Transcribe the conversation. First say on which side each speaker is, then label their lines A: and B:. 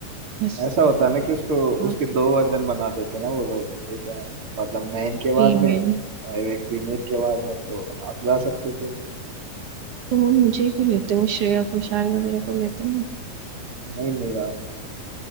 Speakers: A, on the right (about 65°); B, on the right (about 40°).
A: बस
B: ऐसा होता ना कि उसको
A: हाँ
B: उसके दो वर्जन बना देते ना वो लोग एक है, मतलब मैन की आवाज
A: फीमेल
B: में और एक फीमेल की आवाज में तो आप गा सकते थे उसे।
A: तो वो मुझे क्यों लेते वो श्रेया घोषाल वगैरह को लेते ना
B: नहीं नहीं गा रहे